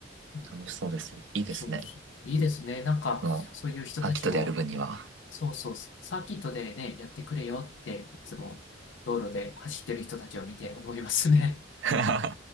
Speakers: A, on the left; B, on the right.
A: うん
B: 楽しそうです。いいですね。
A: そうそう。いいですね。なんか、
B: も
A: そういう人たちも、
B: う、ーキットでやる分には。
A: そうそう、サーキットでね、やってくれよって、いつも道路で走ってる人たちを見て思いますね。
B: <laughs>